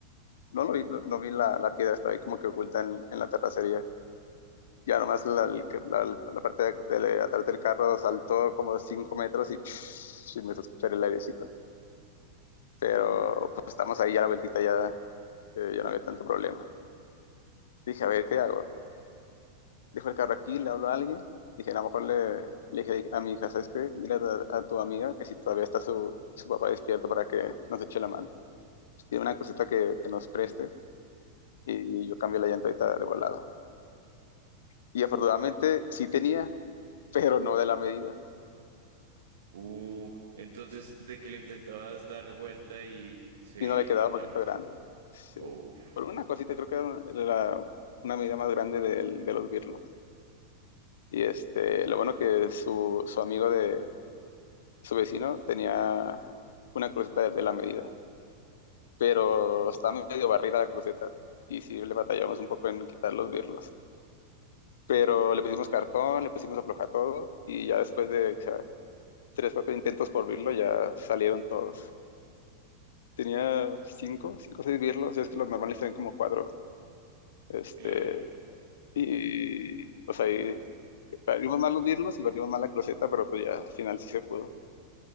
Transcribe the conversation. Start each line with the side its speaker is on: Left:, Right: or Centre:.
Left: No lo vi, no, no vi la, la piedra, estaba ahí como que oculta en, en la terracería. Ya nomás la, el que- la- la parte de, de atrás del carro saltó como cinco metros y, <tsk> y me hizo escuchar el airecito. Pero
Right: Uh.
Left: pues estamos ahí ya la vueltita, ya, eh, ya no había tanto problema. Dije, a ver, ¿qué hago? Dejo el carro aquí, le hablo a alguien. Dije, a lo mejor le, le dije a mi hija, ¿sabes qué? Dile a, a tu amiga que si todavía está su, su papá despierto para que nos eche la mano. Si Tiene una cosita que, que nos preste y yo cambio la llanta ahorita de volada. Y afortunadamente sí tenía, pero no de la medida,
Right: Uh, entonces de que le intentabas dar vuelta y se
Left: sino
Right: giraba.
Left: le quedaba un poquito grande. Sí.
Right: Uf,
Left: Por una cosita, creo que era una, la- una medida más grande del- de, los birlos. Y este, lo bueno que su, su amigo de su vecino tenía una cruceta de, de la medida, pero estaba medio barrida la cruceta. Y sí, le batallamos un poco en quitar los birlos. Pero le pusimos cartón, le pusimos afloja todo, y ya después de o sea, tres, cuatro intentos por birlo, ya salieron todos. Tenía cinco, cinco o seis birlos, es que los normales tienen como cuatro. Este,
Right: claro.
Left: y pues ahí parimos mal los birlos y parimos mal la cruceta, pero pues ya al final sí se pudo.